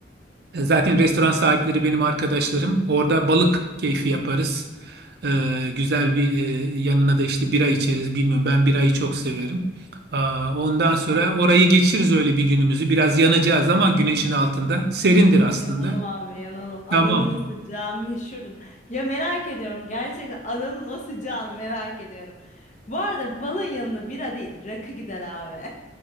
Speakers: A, on the right; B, on the left.
A: e, Zaten restoran sahipleri benim arkadaşlarım. Orada balık keyfi yaparız. E, güzel bir e, yanına da işte bira içeriz. Bilmiyorum ben birayı çok severim. Aa, ondan sonra orayı geçiririz öyle bir günümüzü. Biraz yanacağız ama güneşin altında. Serindir aslında.
B: Yanalım abi yanalım. Adana'nın
A: Tamam.
B: sıcağı meşhurdur. Ya merak ediyorum gerçekten Adana'nın o sıcağını merak ediyorum. Bu arada balın yanında bira değil rakı gider abi.